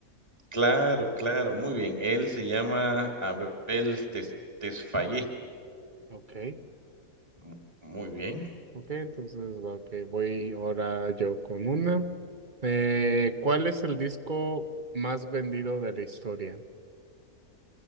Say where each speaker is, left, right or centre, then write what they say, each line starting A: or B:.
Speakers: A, on the right; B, on the right.
A: Claro, claro, muy bien. Él se llama Abel Tes Tesfaye.
B: Ok,
A: Mu muy bien.
B: ok, entonces, ok, voy ahora yo con una. Eh, ¿cuál es el disco más vendido de la historia?